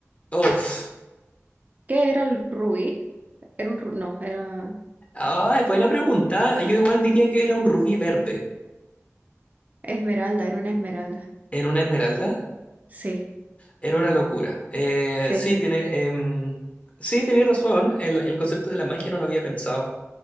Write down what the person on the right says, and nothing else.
¿Qué era el rubí? Era un, ru- no, era
esmeralda, era una esmeralda.
Sí,
sí.